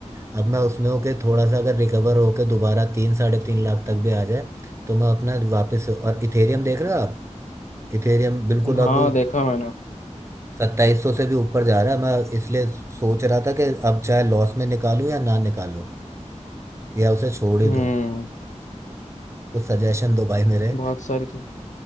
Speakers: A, on the right (about 25°); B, on the left (about 85°).
A: अब मैं उसमें होके थोड़ा सा अगर रिकवर होके दोबारा तीन साढ़े तीन लाख तक भी आ जाए तो मैं अपना वापस और इथेरियम देख रहे हो आप इथेरियम बिल्कुल
B: हाँ
A: अब
B: देखा मैंने
A: सत्ताईस सौ से भी ऊपर जा रहा है मैं इसलिए सोच रहा था कि अब चाहे लॉस में निकालूं या ना निकालूं या उसे छोड़ ही
B: हम्म
A: दूं कुछ सजेशन दो भाई मेरे
B: बहुत सारी चीज